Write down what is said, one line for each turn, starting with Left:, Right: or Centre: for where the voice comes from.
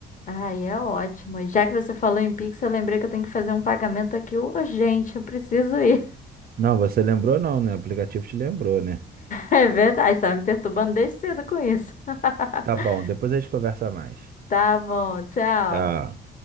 Left: Ai, é ótimo. Já que você falou em Pix, eu lembrei que eu tenho que fazer um pagamento aqui urgente. Eu preciso ir.
Right: Não, você lembrou não, né? O aplicativo te lembrou, né?
Left: É verdade, tá me perturbando desde cedo com isso. <laughs>
Right: Tá bom, depois a gente conversa mais.
Left: Tá bom, tchau.
Right: Ah,